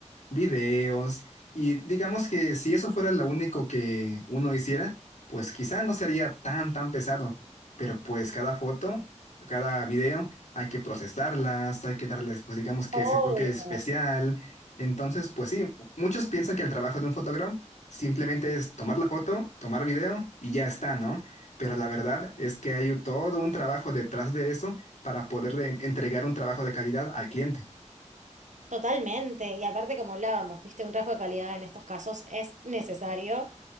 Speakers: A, on the left; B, on the right.
A: videos, y digamos que si eso fuera lo único que uno hiciera, pues quizá no sería tan, tan pesado, pero pues cada foto, cada video, hay que procesarlas, hay que darles, pues digamos que
B: Obvio.
A: ese toque especial. Entonces, pues sí, Muchos piensan que el trabajo de un fotógrafo simplemente es tomar la foto, tomar video y ya está, ¿no? Pero la verdad es que hay todo un trabajo detrás de eso para poderle en- entregar un trabajo de calidad al cliente.
B: Totalmente, y aparte como hablábamos, viste, un rasgo de calidad en estos casos es necesario